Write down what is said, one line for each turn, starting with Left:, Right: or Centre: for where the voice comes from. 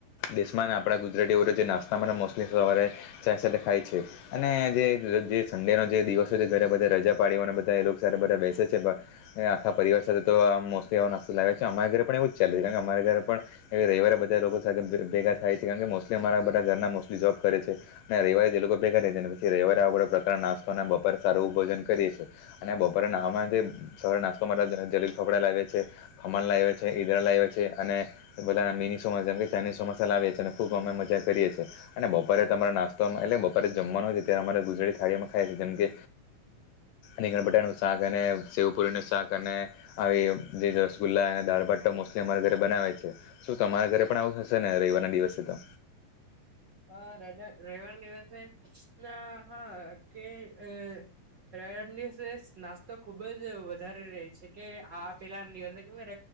Left: દેશમાં ને આપડા ગુજરાતીઓ જે નાસ્તામાં મોસ્ટલી સવારે ચાય સાથે ખાય છે અને જે જે જે સંડેનો જે દિવસ હોય છે ત્યારે બધા રજા પાડીઓને બધા એ લોક સાથે બધા બેસે છે પણ આખા પરિવાર સાથે તો આ મોસ્ટલી એ નાસ્તો લાવે છે. અમારા ઘરે પણ એવું જ ચાલે. અમારે ઘરે પણ એવે રવિવારે બધા લોકો સાથે ભેગ-ભેગા થાય છે. કારણ કે મોસ્ટલી અમારા બધા ઘરના મોસ્ટલી જોબ કરે છે અને રવિવારે જ એ લોકો ભેગા થાય છે ને પછી રવિવારે આ બધા પ્રકાર નાસ્તો અને બપોરે સારું ભોજન કરીએે છીએ અને આ બપોરે નાવામાં બી સવારે નાસ્તો માટે જલે-જલેબી ફાફડા લાવે છે, ખમણ લાવે છે, ઈદડા લાવે છે અને બધા મીની સોમોસા જેમ કે ચાઇનીઝ સોમોસા લાવીએ છે ને ખૂબ અમે મજા કરીએ છીએ અને બપોરે તમારો નાસ્તો એટલે બપારે જમવાનો જ હોય. ત્યાં અમારે ગુજરાતી થાળી મે ખાઈ જેમ કે રીંગણ બટાનું શાક અને સેવપુરીનું શાક અને આવી જે રસગુલ્લા અને દાળ-ભાત તો મોસ્ટલી અમારા ઘરે બનાવે છે. શું તમારા ઘરે પણ આવું થશે ને? રવિવારના દિવસે તો.
Right: હા, રજા રવિવારના દિવસે ના હા કે અ રઈઆન દિવસે નાસ્તો ખુબ જ વધારે રહી છે કે આ પેલાન દિવસે ખબર